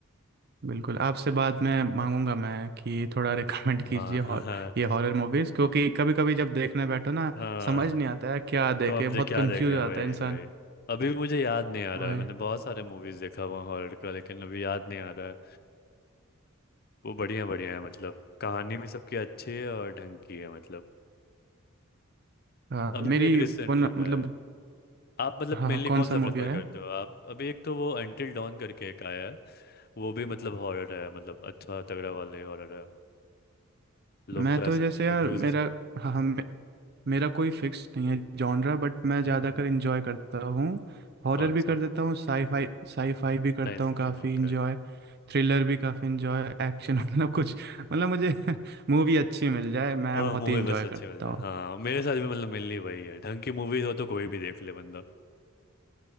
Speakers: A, on the right; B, on the left.
A: बिल्कुल आपसे बाद में मांगूंगा मैं कि थोड़ा <laughs> रिकमेंड
B: हाँ
A: कीजिए
B: हाँ
A: हॉर
B: हाँ
A: ये हॉरर मूवीज़ क्योंकि कभी कभी जब देखने बैठो ना
B: हाँ
A: समझ नहीं आता है क्या देखे
B: कब्जे
A: बहुत
B: क्या
A: कंफ्यूज
B: देखें
A: हो
B: वही
A: जाता है इंसान
B: वही अभी भी मुझे याद नहीं आ रहा
A: वही
B: है मैंने बहुत सारे मूवीज देखा हुआ हॉरर का लेकिन अभी याद नहीं आ रहा है वो बढ़िया बढ़िया है मतलब कहानी भी सबकी अच्छी है और ढंग की है मतलब
A: हाँ
B: अभी
A: मेरी
B: भी एक रिसेंटली
A: वन मतलब
B: है आप मतलब
A: हाँ हाँ
B: मेनली
A: कौन
B: कौन
A: सा
B: सा
A: मूवी
B: प्रेफर
A: है
B: करते हो आप अभी एक तो वो अंटिल डॉन करके एक आया है वो भी मतलब हॉरर है मतलब अच्छा तगड़ा वाले हॉरर है लोग
A: मैं
B: तो
A: तो
B: ऐसा
A: जैसे यार
B: रिव्यूज
A: मेरा
B: ही सुना हो।
A: हाँ हाँ मेरा कोई फिक्स नहीं है जॉनरा बट
B: <laughs>
A: मैं ज़्यादातर
B: हम्म, हम्म,
A: इंजॉय
B: हम्म।
A: करता हूँ हॉरर
B: कौन
A: भी कर
B: सा
A: देता हूँ साईफाई साईफाई भी करता
B: Science
A: हूँ
B: fiction
A: काफ़ी
B: okay
A: इंजॉय थ्रिलर भी काफ़ी इंजॉय एक्शन <laughs> मतलब कुछ मतलब मुझे <laughs> मूवी अच्छी मिल जाए मैं
B: वह
A: बहुत
B: मूवी
A: ही इंजॉय
B: बस अच्छी
A: करता
B: मिल जाए
A: हूँ
B: हाँ मेरे साथ भी मतलब मिलनी वही है ढंग की मूवीज हो तो कोई भी देख ले बंदा